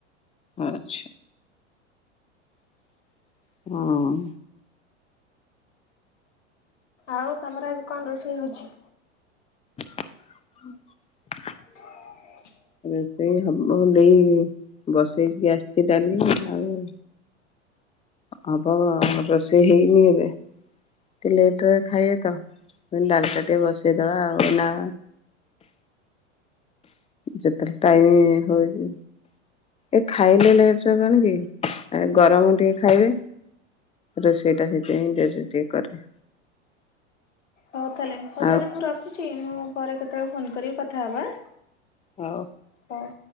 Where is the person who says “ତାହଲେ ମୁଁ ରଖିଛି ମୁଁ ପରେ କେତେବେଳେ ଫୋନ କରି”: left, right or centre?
Left